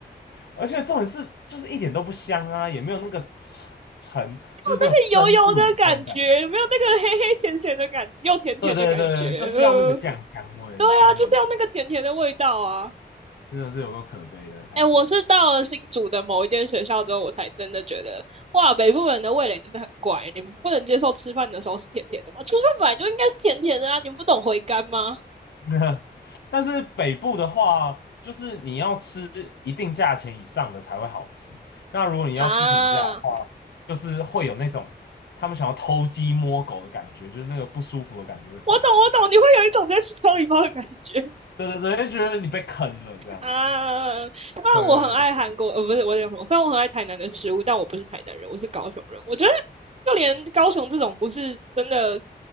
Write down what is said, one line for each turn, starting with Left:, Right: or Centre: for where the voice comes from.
Left: 而且重点是，就是一点都不香啊，也没有那个沉沉，就是那种生卤的那种感觉。
Right: 那个油油的感觉，有没有那个黑黑甜甜的感，又甜甜的感觉？
Left: 对对对，就是要那个酱香味，
Right: 呃，对啊，
Left: 真的
Right: 就是要那个甜甜的味道啊。
Left: 真的是有够可悲的台北
Right: 哎，我是到了新竹的某一间学校之后，我才真的觉得，哇，北部人的味蕾真的很怪，你们不能接受吃饭的时候是甜甜的吗？吃饭本来就应该是甜甜的啊，你们不懂回甘吗？
Left: 那 <laughs> 但是北部的话，就是你要吃一定价钱以上的才会好吃。那如果你要吃平价的话，
Right: 啊，
Left: 就是会有那种他们想要偷鸡摸狗的感觉，就是那个不舒服的感觉会上来。
Right: 我懂，我懂，你会有一种在吃调理包的感觉
Left: 对对对，就觉得你被坑了这样。
Right: 啊。虽然我很爱韩国，
Left: 对对对，
Right: 呃，不是我讲什么，虽然我很爱台南的食物，但我不是台南人，我是高雄人。我觉得就连高雄这种不是真的